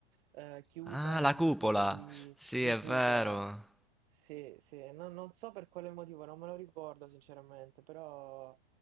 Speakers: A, on the right (about 65°); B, in the centre.
A: eh, chiusa
B: Ah, la
A: in una
B: cupola!
A: specie di,
B: Sì,
A: di
B: è
A: cupola.
B: vero.
A: Sì, sì, non, non so per quale motivo, non me lo ricordo sinceramente, però